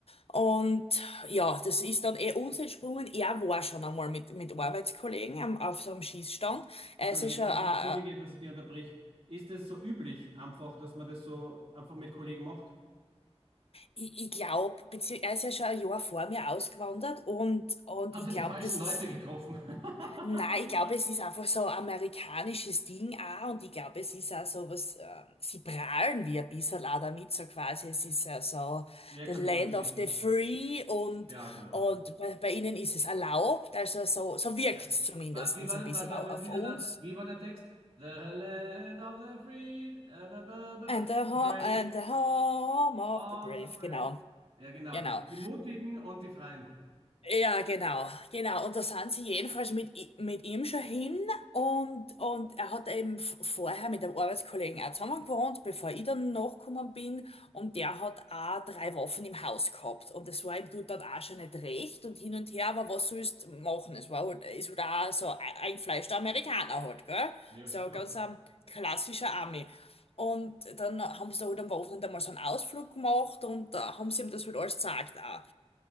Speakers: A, on the left (about 65°); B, on the right (about 60°).
A: Und ja, das ist dann eh uns entsprungen. Er war schon einmal mit, mit Arbeitskollegen am, auf so einem Schießstand. Er
B: Entschuldige,
A: ist ja schon,
B: dass
A: äh,
B: ich, Entschuldige,
A: äh,
B: dass ich dich unterbrich. Ist es so üblich, einfach, dass man das so einfach mit Kollegen macht?
A: ich, ich glaube, er ist ja schon ein Jahr vor mir ausgewandert und, und
B: Habt
A: ich
B: ihr
A: glaube,
B: die falschen
A: das
B: Leute
A: ist
B: getroffen? <laughs>
A: Nein, ich glaube, es ist einfach so ein amerikanisches Ding auch und ich glaube, es ist auch so was, äh, sie prahlen wie ein bisschen auch damit, so quasi, es ist ja so
B: Wer
A: the
B: kann
A: land
B: wie gut schießen?
A: of the free und,
B: Ja, genau.
A: und bei, bei ihnen ist es erlaubt, also so, so wirkt's
B: Ja.
A: zumindest
B: Wart, wie war
A: so ein
B: das?
A: bisschen
B: Wart, wart,
A: au-
B: wart,
A: auf
B: wieder
A: uns.
B: da? Wie war der Text? The land of the free, and the
A: And the, ho
B: brave.
A: and the home of
B: Of
A: the brave,
B: the brave.
A: genau,
B: Ja, genau,
A: genau.
B: die, die Mutigen und die Freien.
A: Ja, genau, genau. Und da sind sie jedenfalls mit, i- mit ihm schon hin und, und er hat eben v- vorher mit einem Arbeitskollegen auch zusammen gewohnt, bevor ich dann nachgekommen bin und der hat auch drei Waffen im Haus gehabt und das war ihm dort dann auch schon nicht recht und hin und her, aber was sollst du machen? Es war halt, ist halt auch so ein eingefleischter Amerikaner halt, gell?
B: Ja,
A: So
B: schon klar.
A: ganz ein klassischer Ami. Und dann haben sie da halt am Wochenende mal so einen Ausflug gemacht und da haben sie ihm das halt alles gezeigt auch.